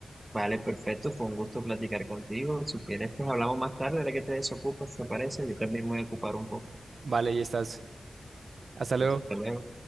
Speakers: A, on the right; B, on the right.
A: Vale, perfecto, fue un gusto platicar contigo. Si quieres, pues hablamos más tarde, ahora que te desocupes, ¿te parece? Yo también me voy a ocupar un poco.
B: Vale, ya estás. Hasta luego.
A: Hasta luego.